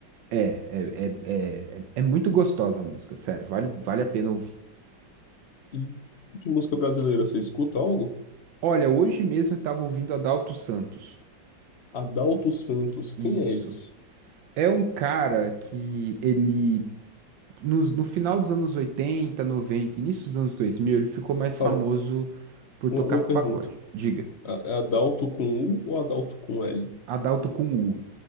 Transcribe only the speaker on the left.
E de música brasileira, você escuta algo?
Adalto Santos, quem
é esse?
Calma,
uma,
uma pergunta.
A- É Adalto com U ou Adalto com L?